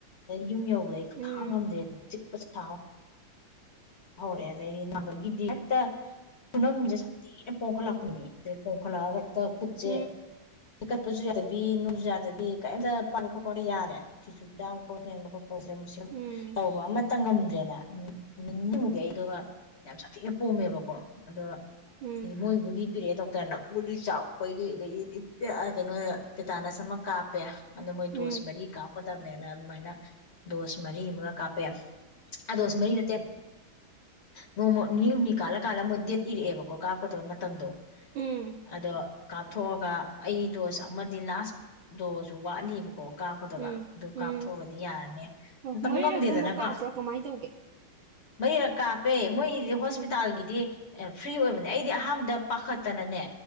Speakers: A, on the left (about 30°); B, on the right (about 70°).
A: ꯌꯨꯝ ꯌꯧ ꯑꯩ
B: ꯎꯝ
A: ꯈꯥꯡꯉꯝꯗꯦ ꯆꯤꯛꯄ ꯊꯥꯎ ꯍꯧꯔꯛꯑꯦ ꯑꯗꯩꯗꯤ ꯅꯝꯕꯒꯤꯗꯤ ꯍꯦꯛꯇ ꯈꯨꯅꯝꯁꯦ ꯁꯥꯊꯤꯅ ꯄꯣꯝꯈꯠꯂꯛꯄꯅꯤꯅꯦ ꯑꯗꯨ ꯄꯣꯡꯈꯠꯂꯛꯑ ꯍꯦꯛꯇ ꯈꯨꯠꯁꯦ
B: ꯎꯝ
A: ꯊꯤꯈꯠꯄꯁꯨ ꯌꯥꯗꯕꯤ ꯅꯨꯡꯁꯨ ꯌꯥꯗꯕꯤ ꯀꯔꯤꯝꯇ ꯄꯥꯕ ꯈꯣꯠꯄꯅ ꯌꯥꯔꯦ ꯐꯤꯁꯨ ꯌꯥꯝ ꯀꯣꯟꯠ ꯊꯦꯡꯕ ꯈꯣꯄ ꯇꯧꯁꯝ ꯁꯨꯝ
B: ꯎꯝ
A: ꯇꯧꯕ ꯑꯃ ꯑꯝꯇ ꯉꯝꯗ꯭ꯔꯦꯅꯦ ꯏꯤꯟꯃꯨꯛꯛꯇ ꯑꯩꯗꯨꯒ ꯌꯥꯝ ꯁꯥꯊꯤꯅ ꯄꯣꯝꯃꯦꯕꯀꯣ ꯑꯗꯣ
B: ꯎꯝ ꯎꯝ
A: ꯃꯣꯏꯕꯨꯗꯤ ꯄꯤꯔꯛꯑꯦ ꯗꯣꯛꯇꯔꯅ ꯒꯨꯂꯤ ꯆꯥꯎ ꯑꯩꯈꯣꯏꯒꯤ ꯑꯗꯩꯗꯤ ꯀꯩꯅꯣ ꯇꯦꯇꯥꯅꯁ ꯑꯃ ꯀꯥꯞꯄꯦ ꯑꯗꯣ ꯃꯣꯏ
B: ꯎꯝ
A: ꯗꯣꯁ ꯃꯔꯤ ꯀꯥꯞꯀꯗꯕꯅꯦꯅ ꯑꯗꯨꯃꯥꯏꯅ ꯗꯣꯁ ꯃꯔꯤ ꯑꯃꯒ ꯀꯥꯞꯄꯦ ꯗꯣꯁ ꯃꯔꯤ ꯅꯠꯇꯦ ꯅꯣꯡꯃ ꯅꯤ ꯍꯨꯝꯅꯤ ꯀꯥꯜꯂ ꯀꯥꯜꯂ ꯃꯣꯏ ꯗꯦꯠ ꯏꯔꯛꯑꯦꯕꯀꯣ ꯀꯥꯞꯀꯗꯕ ꯃꯇꯝꯗꯣ
B: ꯎꯝ ꯎꯝ
A: ꯑꯗꯣ ꯀꯥꯞꯊꯣꯛꯑꯒ ꯑꯩ ꯗꯣꯁ ꯑꯃꯗꯤ ꯂꯥꯁ ꯗꯣꯁꯨ ꯋꯥꯠꯂꯤꯕꯀꯣ ꯀꯥꯞꯀꯗꯕ
B: ꯎꯝ
A: ꯑꯗꯨ
B: ꯎꯝ
A: ꯀꯥꯞꯊꯣꯛꯑꯒꯗꯤ ꯌꯥꯔꯅꯤ
B: ꯑꯣ
A: ꯃꯇꯝ
B: ꯃꯔꯤꯔꯛ
A: ꯉꯝꯗꯦꯗꯅꯀꯣ
B: ꯀꯨꯝꯕ ꯀꯥꯞꯄ꯭ꯔꯣ ꯀꯃꯥꯏꯅ ꯇꯧꯒꯦ
A: ꯃꯔꯤꯔꯛ ꯀꯥꯞꯄꯦ ꯄꯦ ꯃꯣꯏꯗꯤ ꯍꯣꯁꯄꯤꯇꯥꯜꯒꯤꯗꯤ
B: ꯎꯝ
A: ꯑꯦ ꯐ꯭ꯔꯤ ꯑꯣꯏꯕꯅꯦ ꯑꯩꯗꯤ ꯑꯍꯥꯟꯕꯗ ꯄꯥꯈꯠꯇꯅꯅꯦ